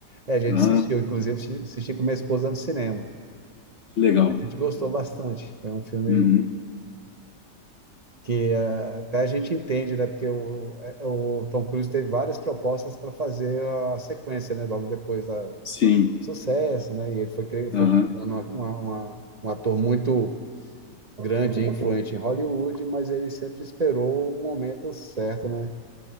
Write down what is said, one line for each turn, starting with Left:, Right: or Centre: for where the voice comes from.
Right: É, a gente
Left: aham,
Right: assistiu, inclusive, assisti assisti com minha esposa no cinema.
Left: que legal.
Right: A gente gostou bastante. Foi um filme.
Left: Uhum,
Right: que eh, até a gente entende, né? Porque o, eh, o Tom Cruise teve várias propostas para fazer a sequência, né? Logo depois da
Left: sim,
Right: do sucesso, né? E ele foi cri- foi
Left: aham.
Right: criando uma, uma, uma- um ator muito grande e influente em Hollywood, mas ele sempre esperou o momento certo, né?